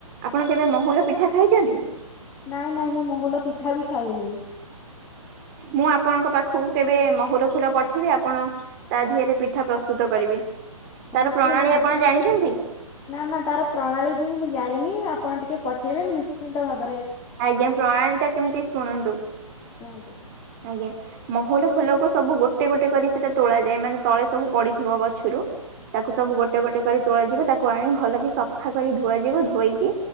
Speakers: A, on the right; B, on the left.
A: ଆପଣ କେବେ ମହୁଲ ପିଠା ଖାଇଛନ୍ତି?
B: ନାଇଁ ନାଇଁ ମୁଁ ମହୁଲ ପିଠା ବି ଖାଇନେଇ।
A: ମୁଁ ଆପଣଙ୍କ ପାଖକୁ କେବେ ମହୁଲ ଫୁଲ ପଠେଇବି ଆପଣ ତା ଦିହରେ ପିଠା ପ୍ରସ୍ତୁତ କରିବେ। ତାର
B: ନିଶ୍ଚିନ୍ତ
A: ପ୍ରଣାଳୀ
B: ନି
A: ଆପଣ ଜାଣିଛନ୍ତି?
B: ନା ନା ତାର ପ୍ରଣାଳୀ ବି ମୁଁ ଜାଣିନି ଆପ୍ ଆପଣ ଟିକେ ପଠେଇବେ ମୁଁ ନିଶ୍ଚିନ୍ତ ଭାବ
A: ଆଜ୍ଞା ପ୍ରଣାଳୀ ଟା କେମିତି ଶୁଣନ୍ତୁ
B: କୁହନ୍ତୁ
A: ଆଜ୍ଞା। ମହୁଲ ଫୁଲକୁ ସବୁ ଗୋଟେ ଗୋଟେ କରି ସେଇଟା ତୋଳାଯାଏ ମାନେ ତଳେ ସବୁ ପଡିଥିବ ଗଛରୁ ତାକୁ ସବୁ
B: ହଁ
A: ଗୋଟେ ଗୋଟେ କରି ତୋଳାଯିବ ତାକୁ ଆଣି ଭଲକି ସଫା କରି ଧୁଆ ଯିବ ଧୋଇକି